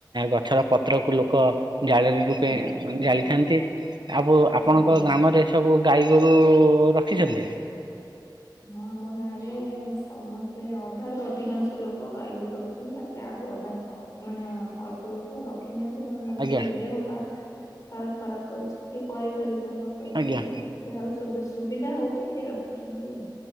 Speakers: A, on the right; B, on the left.
A: ଗଛର ପତ୍ରକୁ ଲୋକ ଜାଳେରି ରୂପେ
B: ଆଜ୍ଞା
A: ଜାଳିଥାନ୍ତି ଆଉ ଆପଣଙ୍କ
B: ଆଜ୍ଞା।
A: ଗାଁ ଆମର ଏ ସବୁ ଗାଈ ଗୋରୁ ରଖିଛନ୍ତି।
B: ହଁ ଆମ ଗାଁରେ ସମସ୍ତେ ଅଧାରୁ ଅଧିକାଂଶ ଲୋକ ଗାଈ ଗୋରୁ ର କିନ୍ତୁ ତାପରେ ଆଉ ଅଧା ମାନେ ଅଳ୍ପ ଲୋକ ରଖିନାହାନ୍ତି କାହିଁ କି
A: ଆଜ୍ଞା
B: ନା ଦେହ ପା କାହାର ଖରାପ ଅଛି କିଏ କରି କରିପାରିବ ନ କରିପାରିବ
A: ଆଜ୍ଞା
B: ଯାହାର ସୁବୁ ସୁବିଧା ହଉଛି ସିଏ ରଖୁଛନ୍ତି ଆଉ।